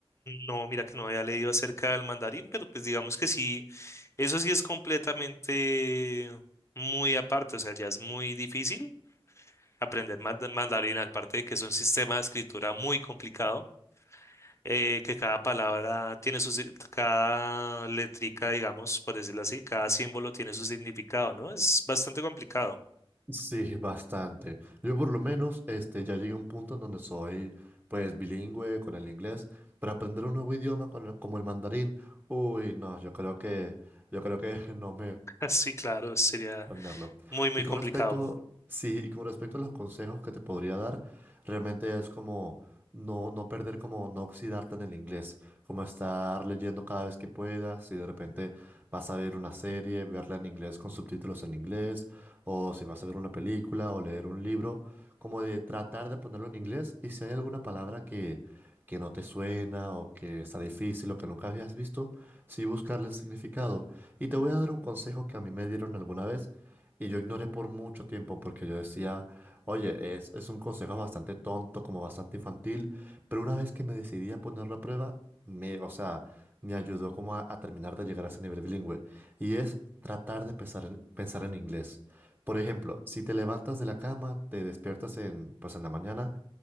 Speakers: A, on the left (about 30°); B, on the right (about 20°).
A: No, mira que no había leído acerca del mandarín, pero pues digamos que sí. Eso sí es completamente muy aparte, o sea, ya es muy difícil aprender mand- mandarín, aparte de que es un sistema de escritura muy complicado, eh, que cada palabra tiene su, si- cada letrica, digamos, por decirlo así, cada símbolo tiene su significado, ¿no? Es bastante complicado.
B: Sí, bastante. Yo por lo menos este, ya llegué a un punto en donde soy pues bilingüe con el inglés, pero aprender un nuevo idioma con el- como el mandarín, uy, no, yo creo que yo creo que <laughs> no me
A: <laughs> Sí, claro, sería
B: aprenderlo
A: muy, muy
B: Y con
A: complicado.
B: respecto, sí, y con respecto a los consejos que te podría dar, realmente es como no, no perder, como no oxidarte en el inglés, como estar leyendo cada vez que puedas, y de repente vas a ver una serie, verla en inglés con subtítulos en inglés, o si vas a ver una película o leer un libro, como de tratar de ponerlo en inglés, y si hay alguna palabra que, que no te suena o que está difícil o que nunca habías visto, sí buscarle el significado. Y te voy a dar un consejo que a mí me dieron alguna vez y yo ignoré por mucho tiempo porque yo decía, oye, es, es un consejo bastante tonto, como bastante infantil, pero una vez que me decidí a ponerlo a prueba, me, o sea, me ayudó como a, a terminar de llegar a ese nivel bilingüe. Y es tratar de pensar en, pensar en inglés. Por ejemplo, si te levantas de la cama, te despiertas en, pues en la mañana